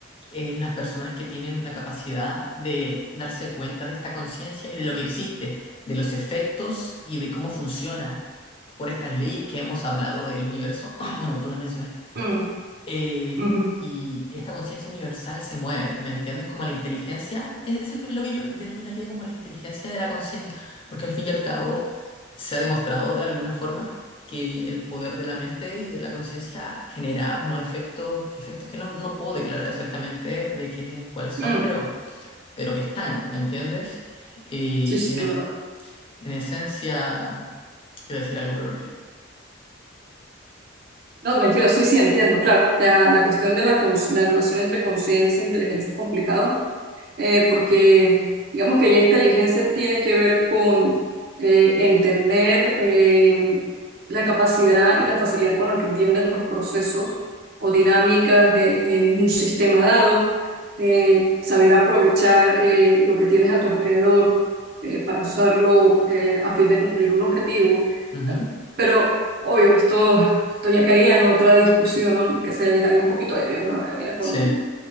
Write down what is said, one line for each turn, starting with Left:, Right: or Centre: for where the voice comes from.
Left: es las personas que tienen la capacidad de darse cuenta de esta conciencia y de lo que existe, de los efectos y de cómo funciona por estas leyes que hemos hablado del universo. <clears throat> Bueno, tú las mencionaste.
Right: mm,
Left: Eh,
Right: ujú,
Left: y esta conciencia universal se mueve, ¿me entiendes? Como la inteligencia, e- eso es lo que yo denominaría como la inteligencia de la conciencia, porque al fin y al cabo se ha demostrado de alguna forma que el poder de la mente y de la conciencia genera unos efectos, efectos que no, no puedo declarar exactamente de qué, cuáles son,
Right: mm.
Left: pero, pero que están, ¿me entiendes? Y,
Right: Sí, sí,
Left: y en,
Right: claro.
Left: es- en esencia, iba a decir algo, pero lo olvidé.
Right: No, tranquilo, sí, sí, entiendo. Claro, la, la cuestión de la, cons- la relación entre conciencia e inteligencia es complicado eh, porque digamos que ya inteligencia tiene que ver con eh, entender eh, la capacidad y la facilidad con la que entienden los procesos o dinámicas de, en un sistema dado, eh, saber aprovechar eh, lo que tienes a tu alrededor eh, para usarlo eh, a fin de cumplir un objetivo.
Left: Ujú,
Right: Pero, obvio, esto, esto ya quería en otra discusión que se alejaría un poquito de Dios, ¿no? Viene con,
Left: Sí.